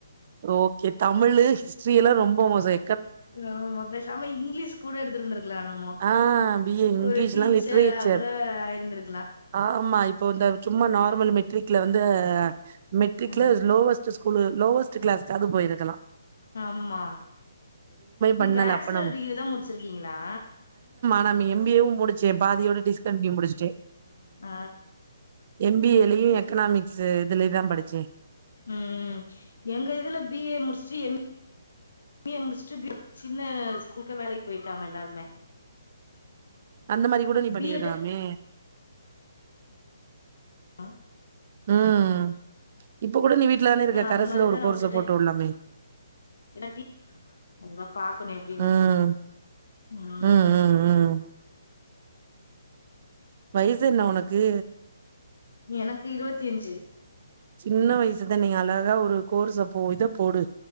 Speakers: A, on the right; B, on the left.
A: ரோகெ தமிழு ஹி்ஸ்ட்ரியெல்லா ரொம்ப மோசை
B: நாமா பேசாம இங்கிலீஷ் கூட எடுத்துருந்திருக்லா நம்மொ
A: ஆ பி ஏ இங்கிலீஷ்லா
B: ஒரு டீச்சரா
A: லிட்ரேச்சர்
B: கூட ஆயிருந்திருக்
A: ஆமா இப்போ இந்த சும்மா நார்மல் மெட்ரிக்ல வந்து மெட்ரிக்ல
B: அ
A: லோவஸ்ட்டு குலு லோவஸ்ட்டு கிளாஸ்காது போயிருக்கலா
B: ஆமா நீ
A: பண்ணல
B: பேச்சுலர்
A: அப்ப நம்ம
B: டிகிரி தா முடிச்சுருக்கீங்களா
A: நம் எம் பி ஏவு முடுச் சே பாதியோட டிஸ்கண்ட்னியு முடுச்சுட்டே
B: ஆ
A: எம்பிஏலயும் எக்கனாமிக்ஸ்ு இதுலயே தான் படிச்சேன்
B: உம் எங்க இதுல பிஏ முடிச்சுட்டு எம் பி ஏ முடிச்சுட்டு சின்ன ஸ்கூலு வேலைக்கு போயிட்டாங்க எல்லாருமே
A: அந்த மாதிரி கூட நீ பண்ணிருக்கலாமே
B: பி எட் ஆஹ
A: உம் இப்ப கூட நீ வீட்டுல தானே இருக்க
B: அது
A: கரசுல
B: மாரிதா
A: ஒரு
B: நா
A: கோர்ஸை
B: விட்டுட்டே
A: போட்டு விடலாமே
B: இல்லாட்டி அதுதா பாக்கணு எப்டின்னு
A: உம்
B: ம்
A: உம் உம் உம் வயசு என்ன உனக்கு
B: எனக்கு இருவத்தி அஞ்சு
A: சின்ன வயசுதான் நீங்க அழகா ஒரு கோர்சை போட்டு போடு